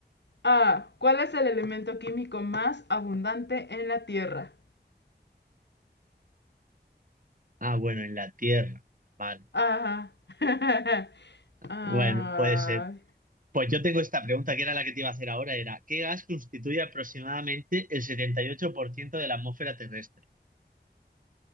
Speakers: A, on the left; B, on the right.
A: A. ¿Cuál es el elemento químico más abundante en la Tierra?
B: Ah, bueno, en la Tierra. Vale.
A: A. <laughs> Ah,
B: Bueno, puede ser. Pues yo tengo esta pregunta que era la que te iba a hacer ahora, era, ¿qué gas constituye aproximadamente el 78% de la atmósfera terrestre?